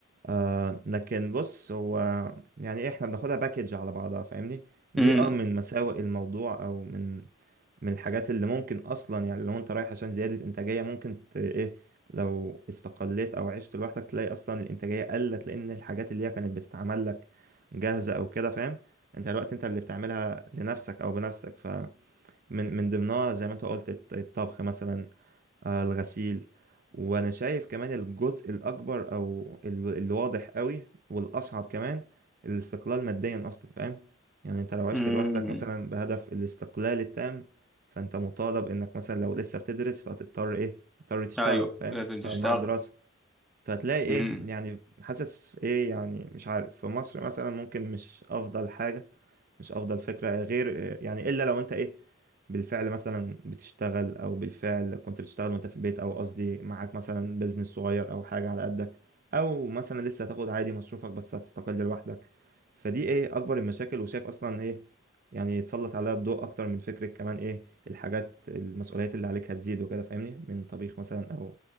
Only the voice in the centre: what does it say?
امم
امم
ايوه
لازم
تشتغل
امم